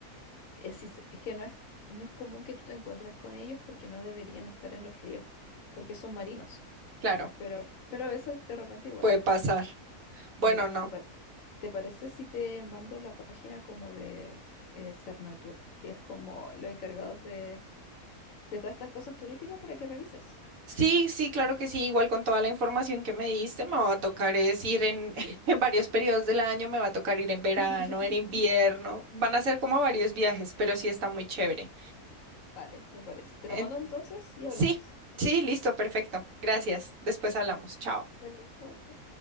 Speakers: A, on the left; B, on the right.
A: es, es- es que no es, no es común que tú te encuentres con ellos porque no deberían estar en los ríos, porque son marinos,
B: Claro,
A: pero, pero a veces de repente igual
B: puede
A: están.
B: pasar. Bueno,
A: Mira,
B: no.
A: ¿te, par- te parece si te mando la página como de eh, Cernatur, que es como los encargados de, de todas estas cosas turísticas para que revises?
B: Sí, sí, claro que sí. Igual con toda la información que me diste, me va a tocar es ir en, <laughs> en varios periodos del año, me va a tocar ir en verano,
A: <laughs>
B: en invierno. Van a ser como varios viajes, pero sí está muy chévere.
A: Vale, me parece. Te
B: En-
A: la mando entonces y hablamos.
B: sí, sí, listo, perfecto. Gracias. Después hablamos. Chao.
A: Vale, chau.